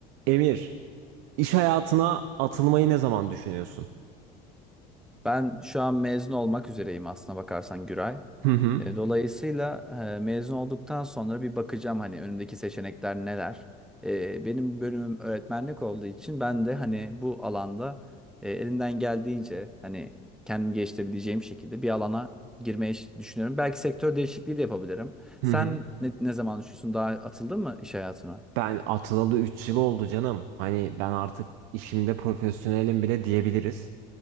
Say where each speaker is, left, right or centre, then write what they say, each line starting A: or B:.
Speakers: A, on the right (about 70°); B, in the centre.
A: Emir, iş hayatına atılmayı ne zaman düşünüyorsun?
B: Ben şu an mezun olmak üzereyim aslına bakarsan Güray.
A: Hı hı,
B: E, Dolayısıyla e, mezun olduktan sonra bir bakacağım hani önümdeki seçenekler neler. E, Benim bölümüm öğretmenlik olduğu için ben de hani bu alanda e, elimden geldiğince hani kendimi geliştirebileceğim şekilde bir alana girmeyi ş- düşünüyorum. Belki sektör değişikliği de yapabilirim.
A: hı
B: Sen
A: hı.
B: ne, ne zaman düşünüyorsun? Daha atıldın mı iş hayatına?
A: Ben atılalı 3 yıl oldu canım. Hani ben artık işimde profesyonelim bile diyebiliriz.